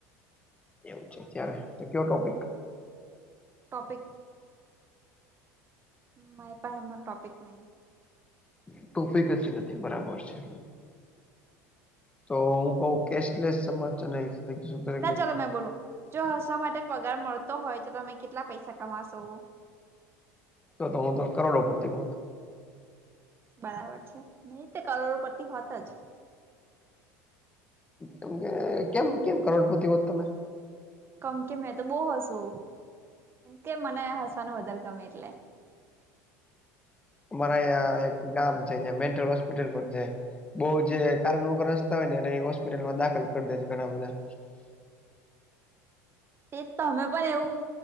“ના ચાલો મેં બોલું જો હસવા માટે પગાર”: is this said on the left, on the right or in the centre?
Right